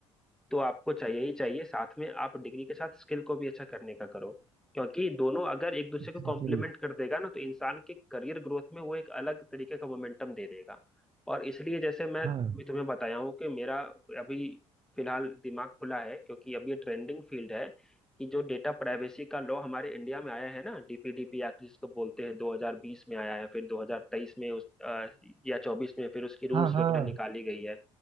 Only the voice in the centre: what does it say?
तो आपको चाहिए ही चाहिए साथ में आप डिग्री के साथ स्किल को भी अच्छा करने का करो क्योंकि दोनों अगर एक दूसरे
को कॉम्प्लीमेंट कर देगा ना तो इंसान के करियर ग्रोथ में वो एक अलग तरीके का मोमेंटम दे देगा और इसलिए जैसे मैं
भी तुम्हें बताया हूँ कि मेरा अभी फिलहाल दिमाग खुला है क्योंकि अब ये ट्रेंडिंग फील्ड है कि जो डेटा प्राइवेसी का लॉ हमारे इंडिया में आया है ना डीपीडीपी एक्ट जिसको बोलते हैं 2020 में आया है फिर 2023 में उस अ, या 24 में फिर उसकी रूल्स
वगैरह निकाली गई है